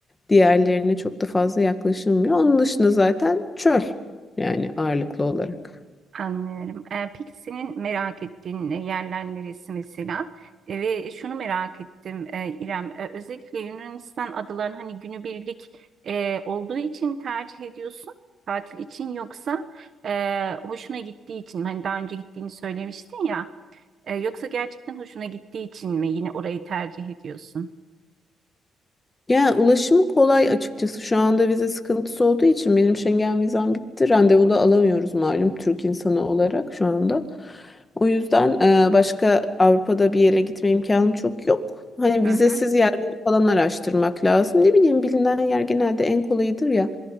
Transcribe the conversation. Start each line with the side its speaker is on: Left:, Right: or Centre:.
Left: Diğerlerine çok da fazla yaklaşılmıyor. Onun dışında zaten çöl yani ağırlıklı olarak.
Right: anlıyorum. Ee, peki senin merak ettiğin yerler neresi mesela? E, ve şunu merak ettim e, İrem. E, özellikle Yunanistan adalarını hani günübirlik e, olduğu için tercih ediyorsun. Tatil için yoksa e, hoşuna gittiği için mi? hani daha önce gittiğini söylemiştin ya. E, yoksa gerçekten hoşuna gittiği için mi yine orayı tercih ediyorsun?
Left: Yani ulaşımı kolay açıkçası şu anda vize sıkıntısı olduğu için benim Schengen vizem bitti. Randevu da alamıyoruz malum Türk insanı olarak şu anda. O yüzden e, başka Avrupa'da bir yere gitme imkanım çok yok. Hani
Right: Hı
Left: vizesiz
Right: hı,
Left: yerleri falan araştırmak lazım. Ne bileyim bilinen yer genelde en kolayıdır ya.